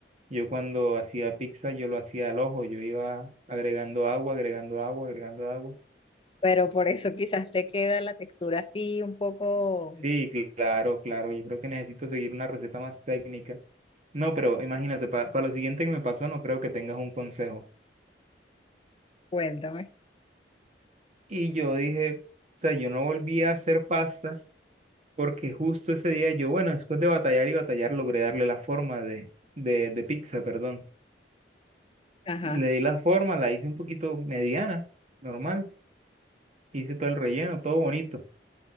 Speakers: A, on the right (about 40°); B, on the left (about 30°).
A: yo cuando hacía pizza, yo lo hacía al ojo, yo iba agregando agua, agregando agua, agregando agua.
B: Pero por eso quizás te queda la textura así un poco,
A: Sí, claro, claro, yo creo que necesito seguir una receta más técnica. No, pero imagínate, para lo siguiente que me pasó, no creo que tengas un consejo.
B: cuéntame.
A: Y yo dije, o sea, yo no volví a hacer pasta porque justo ese día yo, bueno, después de batallar y batallar, logré darle la forma de, de, de pizza, perdón.
B: Ajá,
A: Le di la forma, la hice un poquito mediana, normal. Hice todo el relleno, todo bonito.